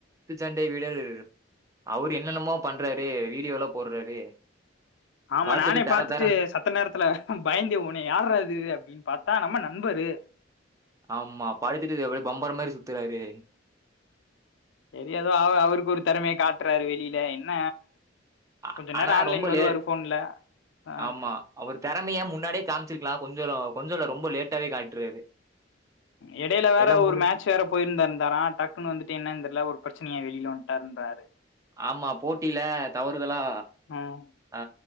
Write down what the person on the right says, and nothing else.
குத்துச்சண்டை வீரர் அவரு என்னென்னமோ பண்றாரு வீடியோலா போடுறாரு
பார்த்துட்டு
தர
தரன்
ஆமா படுத்துட்டு அப்டியே பம்பரோ மாரி சுத்துறாரு
ஆ-
ஆனா
ரொம்ப
லேட்
ஆமா அவர் திறமையா முன்னாடியே காமிச்சிருக்கலா கொஞ்சோல கொஞ்சோல்ல ரொம்ப லேட்டாவே காட்டுறாரு
எல்லாம்
முடி
ஆமா போட்டில தவறுதலா
ஆ